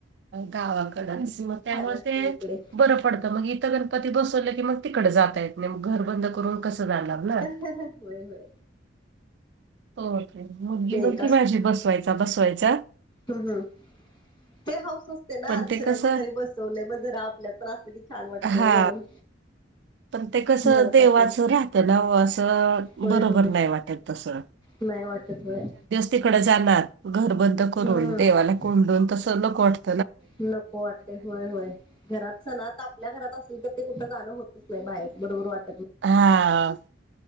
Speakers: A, on the right; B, on the left.
A: गावाकडचं मग त्यामुळे
B: असते
A: ते,
B: इकडे
A: बर पडत मग इथं गण पती बसवले की मग तिकडे जाता येत नाही, मग घर बंद करून कसं जाणार ना.
B: ह होय होय.
A: हो मुलगी
B: ते
A: म्हणती,
B: एक
A: माझी बसवायचा बसवायचा.
B: हम्म हम्म.. ते हाऊस असते ना,
A: पण
B: दुसऱ्यांच्या
A: ते कसं
B: घरी बसवलय मग जरा आपल्यात पण असलं की, छान वाटतंय
A: हा
B: म्हणून,
A: पण ते कसं
B: म्हणत
A: देवाचं
B: असेल
A: राहतं ना, अहो असं
B: होय
A: बरोबर
B: होय
A: नाही वाटत तसं.
B: नाही वाटत व्हयं.
A: तिकड जाणार घर बंद करून,
B: हम्म
A: देवाला कोंडून तसं नको वाटत.
B: नको वाटत होय होय. घरात सणात आपण, आपल्या घरात असल तर ते, कुठं जाणं होतच नाही बाहेर बरोबर वाट
A: हा,